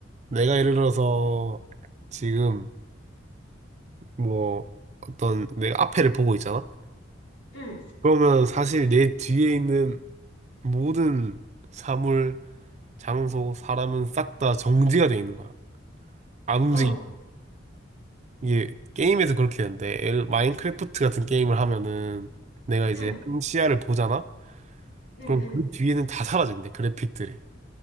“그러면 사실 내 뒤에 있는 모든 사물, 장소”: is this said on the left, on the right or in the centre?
Right